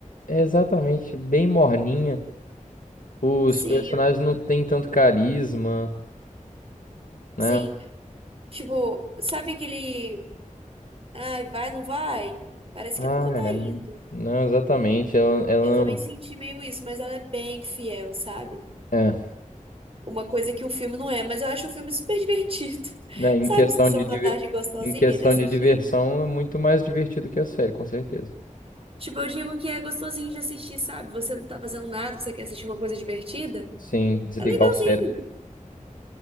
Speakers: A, on the left; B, on the right.
A: é exatamente, bem morninha. Os
B: Sim,
A: personagens
B: eu,
A: não têm tanto carisma, né?
B: sim. Tipo, sabe aquele. Ai, vai, não vai? Parece
A: Ah,
B: que nunca tá
A: é.
B: indo.
A: Não, exatamente. Ela, ela
B: Eu também
A: não.
B: senti meio isso, mas ela é bem fiel, sabe?
A: É.
B: Uma coisa que o filme não é, mas eu acho o filme super divertido. <laughs>
A: Né, Em
B: Sabe,
A: questão
B: sessão
A: de, diver-
B: da tarde gostosinha
A: em questão
B: de assistir?
A: de diversão, é muito mais divertido que a série, com certeza.
B: Tipo, eu digo que é gostosinho de assistir, sabe? Você não tá fazendo nada, você quer assistir uma coisa divertida?
A: Sim, desligar
B: É legalzinho.
A: o cérebro.